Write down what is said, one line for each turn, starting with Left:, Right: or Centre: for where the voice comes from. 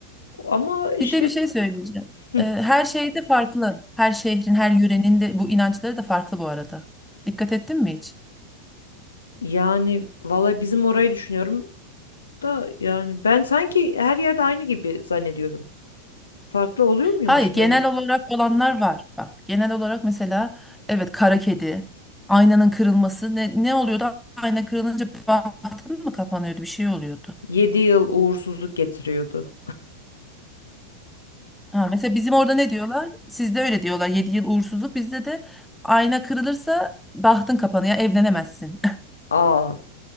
Left: ama işte
Centre: Bir de bir şey söyleyeceğim.
Left: Hı.
Centre: Ee, her şeyde farklı. Her şehrin, her yörenin de bu inançları da farklı bu arada. Dikkat ettin mi hiç?
Left: yani valla bizim orayı düşünüyorum Da yani ben sanki her yerde aynı gibi zannediyordum. Farklı oluyor muymuş
Centre: Hayır, genel
Left: böyle?
Centre: olarak olanlar var. Bak, genel olarak mesela evet kara kedi, aynanın kırılması ne ne oluyordu? Ayna kırılınca bahtın mı kapanıyordu? Bir şey oluyordu.
Left: yedi yıl uğursuzluk getiriyordu.
Centre: Ha, mesela bizim orada ne diyorlar? Sizde öyle diyorlar. 7 yıl uğursuzluk bizde de ayna kırılırsa bahtın kapanıyor, evlenemezsin.
Left: Aa,